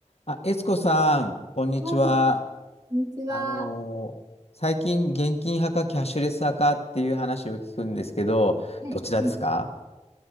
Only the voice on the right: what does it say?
はい、こんにちは。
はい、
はい、